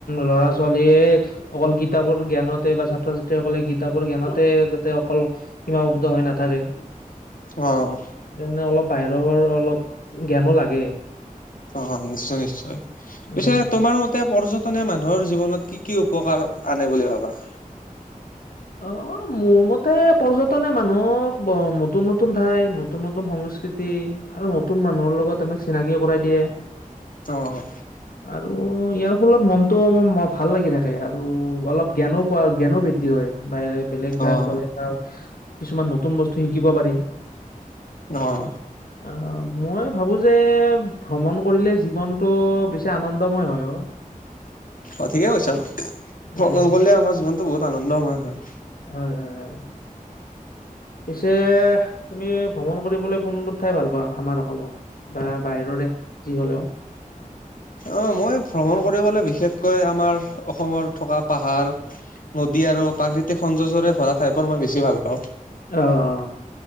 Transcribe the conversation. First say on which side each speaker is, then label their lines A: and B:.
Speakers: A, on the left; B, on the left.
A: ল'ৰা ছোৱালীয়ে অকল কিতাপৰ জ্ঞানতে বা ছাত্ৰ -ছাত্ৰীসকলে কিতাপৰ জ্ঞানতে যাতে অকল সীমাববদ্ধ হয় নাথাকে।
B: অ',
A: ত' মানে অলপ বাহিৰৰ অলপ জ্ঞানো লাগে।
B: অ', নিশ্চয় নিশ্চয়
A: উম।
B: পিছে তোমাৰ মতে এ পৰ্যটনে মানুহৰ জীৱনত কি কি উপকাৰ আনে বুলি ভাবা?
A: অ' মোৰ মতে পৰ্যটনে মানুহক নতুন নতুন ঠাই নতুন নতুন সংস্কৃতি সকৃতি আৰু নতুন মানুহৰ লগত আমাক চিনাকি কৰাই দিয়ে।
B: অ',
A: আৰু ইয়াৰ ফলত মনটো ভাল লাগি থাকে। আৰু অলপ জ্ঞানো, প জ্ঞানো বৃদ্ধি হয়। বাহিৰে বেলেগ
B: অ',
A: জাগাত গ'লে বা কিছুমান নতুন বস্তু শিকিব পাৰি।
B: অহ
A: আ অ', মই ভাবো যে ভ্ৰমণ কৰিলে জীৱনটো বেছি আনন্দময় হয় অ'।
B: অ' ঠিকেই কৈছে আৰু ভ্ৰমন
A: উম
B: কৰিলে আমাৰ জীৱনটো বহুত আনন্দময় হয়।
A: হয়, হয়, হয়। পিছে তুমি ভ্ৰমণ কৰিবলৈ কোনটো ঠাই ভাল পোৱা আমাৰ অসমৰ? বা বাহিৰৰে যি হ'লেও?
B: অঁ' মই ভ্ৰমণ কৰিবলৈ বিশেষকৈ আমাৰ অসমত থকা পাহাৰ নদী আৰু প্ৰাকৃতিক সৌন্দৰ্য্যৰে ভৰা ঠাইবোৰ মই বেছি ভাল পাওঁ।
A: অ''